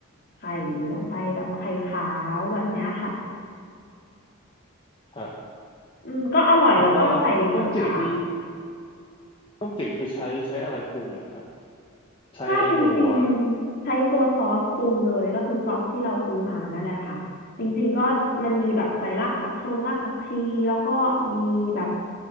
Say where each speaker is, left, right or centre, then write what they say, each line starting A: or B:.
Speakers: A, on the left; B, on the left.
A: ไข่ลงไปแบบไข่ขาวแบบเนี้ยค่ะ
B: ครับ
A: อืมก็อร่อยแล้วก็ใส่ผักกาด
B: แล้วก็ต้มจืดนี่ต้มจืดคือใช้ใช้อะไรปรุงอะครับใช้ไอตัว
A: ถ้าจริงๆใช้ตัวซอสปรุงเลยก็คือซอสที่เราซื้อมานั่นแหละค่ะจริงๆก็มันมีแบบใส่รากผักชงรากผักชีแล้วก็มีแบบ